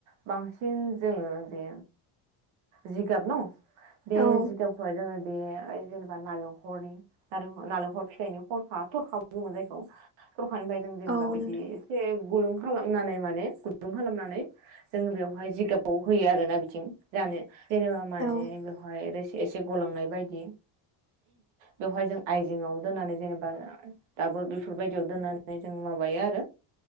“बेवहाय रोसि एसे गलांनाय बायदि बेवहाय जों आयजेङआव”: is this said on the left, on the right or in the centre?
Right